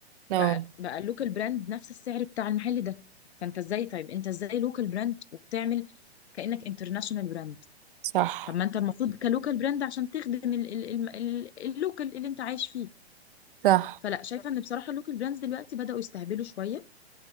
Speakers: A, on the right; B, on the left.
A: اه
B: بقى بقى اللوكال براند نفس السعر بتاع المحل ده فانت ازاي طيب انت ازاي لوكال براند وبتعمل كأنك انترناشونال براند
A: صح
B: طب ما انت المفروض كلوكال براند عشان تخدم ال- ال- الم- ال- اللوكال اللي انت عايش فيه
A: صح
B: فلا شايفه ان بصراحه اللوكال براندز دلوقتي بداوا يستهبلوا شويه